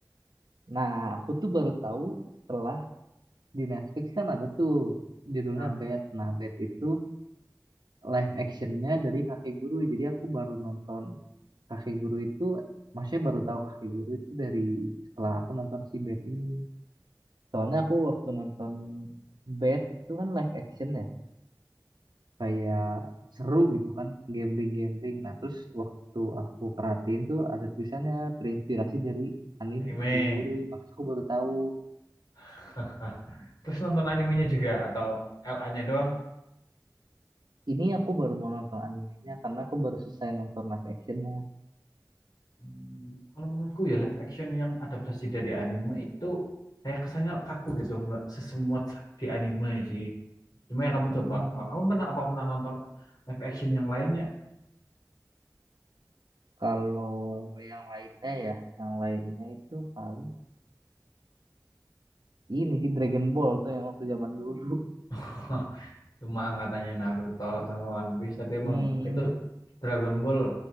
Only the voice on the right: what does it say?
Nah, aku tuh baru tahu setelah di Netflix kan ada tuh judulnya
Bad. Nah, Bad itu live actionnya dari Kakek Guru. Jadi aku baru nonton Kakek Guru itu, maksudnya baru tahu Kakek Guru itu dari setelah aku nonton si Bad ini. Soalnya aku waktu nonton Bad itu kan live action ya, kayak seru gitu kan, gambling-gambling. Nah, terus waktu aku perhatiin tuh ada tulisannya terinspirasi dari anime
Kakek Guru. Makanya aku baru tahu.
Ini aku baru mau nonton animenya karena aku baru selesai nonton live actionnya.
Mm-mm.
Kalau yang lainnya ya, yang lainnya itu paling ini sih Dragon Ball tuh yang waktu zaman dulu.
Mm-mm.